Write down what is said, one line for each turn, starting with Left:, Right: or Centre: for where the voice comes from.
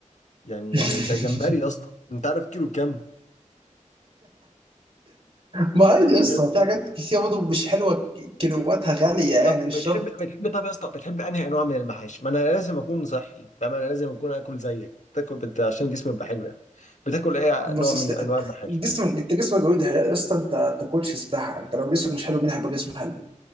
Left: يعني
Right: <laughs>
Left: يعني ده جمبري يا اسطى انت عارف كيلو بكام
Right: ما عادي
Left: كلام
Right: يا
Left: بجد
Right: اسطى في حاجات كتير برضه مش حلوه ك- كيلواتها غاليه يعني
Left: طب
Right: مش
Left: بتحب
Right: شرط
Left: بتحب طب يا اسطى بتحب انهي انواع من المحاشي؟ ما انا لازم اكون صحي فاهم انا لازم اكون اكل زيك بتاكل بت... عشان جسمي يبقى حلو يعني بتاكل ايه
Right: بص
Left: نوع من
Right: اصل
Left: انواع المحاشي؟
Right: جسمك انت جسمك جوي يا اسطى انت انت كوتش سباحه انت لو جسمك مش حلو مين هيبقى جسمك حلو